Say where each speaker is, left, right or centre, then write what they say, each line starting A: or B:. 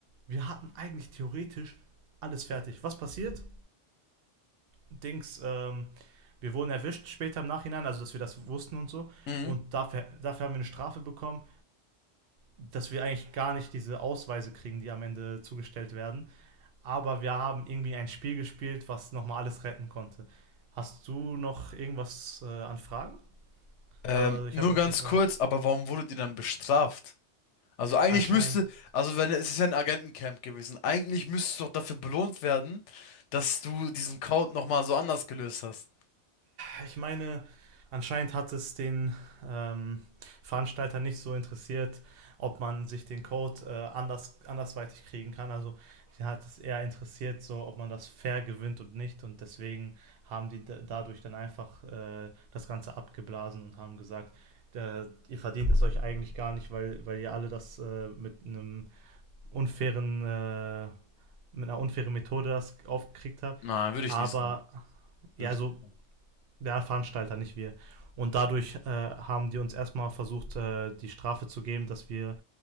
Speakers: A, on the right; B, on the left.
A: wir hatten eigentlich theoretisch alles fertig. Was passiert? Dings, ähm, wir wurden erwischt später im Nachhinein, also dass wir das wussten und so.
B: mhm.
A: Und dafür, dafür haben wir eine Strafe bekommen dass wir eigentlich gar nicht diese Ausweise kriegen, die am Ende zugestellt werden. Aber wir haben irgendwie ein Spiel gespielt, was nochmal alles retten konnte. Hast du noch irgendwas äh, an Fragen?
B: Ähm,
A: Also ich
B: nur
A: habe jetzt
B: ganz
A: nicht mehr.
B: kurz, aber warum wurdet ihr dann bestraft? Also eigentlich
A: Anscheinend
B: müsste, also wenn es ist ja ein Agentencamp gewesen, eigentlich müsstest du doch dafür belohnt werden, dass du diesen Code nochmal so anders gelöst hast.
A: Ja, Ich meine, anscheinend hat es den ähm, Veranstalter nicht so interessiert, ob man sich den Code äh, anders, andersweitig kriegen kann. Also sie hat es eher interessiert, so ob man das fair gewinnt und nicht. Und deswegen haben die da- dadurch dann einfach äh, das Ganze abgeblasen und haben gesagt, äh, ihr verdient es euch eigentlich gar nicht, weil, weil ihr alle das äh, mit einem unfairen, äh, mit einer unfairen Methode das aufgekriegt habt.
B: Nein, würde
A: Aber
B: ich nicht sagen.
A: ja,
B: Würde ich
A: so
B: nicht sagen.
A: der Veranstalter, nicht wir. Und dadurch äh, haben die uns erstmal versucht, äh, die Strafe zu geben, dass wir